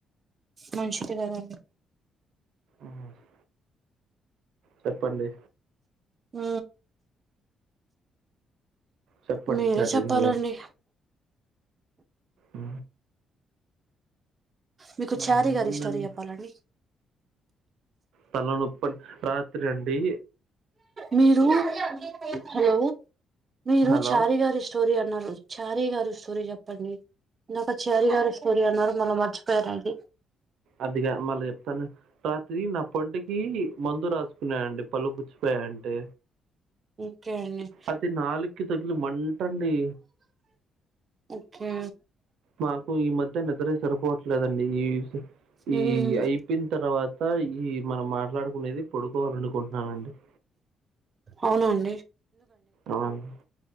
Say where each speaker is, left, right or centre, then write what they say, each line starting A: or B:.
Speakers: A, on the right; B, on the right.
A: మనుషులు గదండి
B: ఆహా ఒస్ చెప్పండి
A: ఊ
B: చెప్పండి
A: మీరే
B: చార్జంగ్
A: చెప్పాలండి
B: ఊ
A: మీకు చారీ
B: అదేముందండి
A: గారి స్టోరీ చెప్పాలండి.
B: తలనొప్పం రాత్రి అండీ
A: మీరూ హలో మీరూ
B: హలో
A: చారి గారి స్టొ స్టోరీ అన్నారు. చారీ గారు స్టోరీ చెప్పండి. ఇందాక చారీ గారు స్టోరీ అన్నారు మళ్ళ మర్చి ప్తారా అండి
B: అదిగా మళ్ళీ చెప్తాను. రాత్రి నా పంటికీ మందు రాసుకున్నా అండి పళ్ళు పుచ్చిపోయ యి అంటే
A: ఓకే అండి
B: అది నాలుక్కి తగిలి మంటా అండి.
A: ఒకే
B: మాకు ఈ మధ్య నిద్ర సరిపోవట్లేదండి ఈ
A: ఉమ్
B: ఈ అయిపోయిన్ తర్వాతా ఈ మనం మాట్లాడుకునేది పడుకోవాలనుకుంటున్నానండి. అవు
A: అవునా అండ్
B: అవును